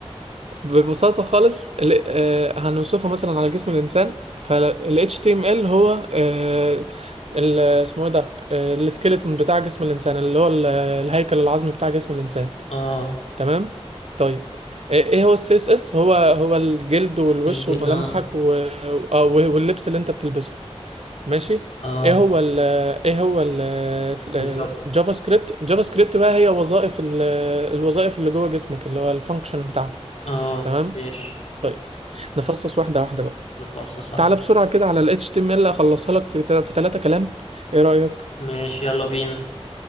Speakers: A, on the right; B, on the left.
A: ببساطه خالص ال- آه، هنوصفها مثلا على جسم الانسان فال HTML هو آه، ال- اسمه ايه ده السكيلتون بتاع جسم الانسان اللي هو ال- آه، الهيكل العظمي بتاع جسم الانسان
B: اه
A: تمام طيب ايه إيه هو السي اس اس هو هو الجلد والوش
B: الج
A: وملامحك
B: اه
A: و... آه، واللبس اللي انت بتلبسه ماشي
B: اه
A: ايه هو ال ايه هو ال الجافا
B: الجو
A: سكريبت جافا سكريبت بقى هي وظائف ال- الوظائف اللي جوه جسمك اللي هو الفانكشن بتاعتك
B: اه
A: تمام
B: ماشي
A: طيب نفصص واحده واحده بقى
B: نفصص واحدة
A: تعالى بسرعه كده على ال HTML اخلصها لك في تل- في ثلاثه كلام ايه رأيك
B: ماشي يلا بينا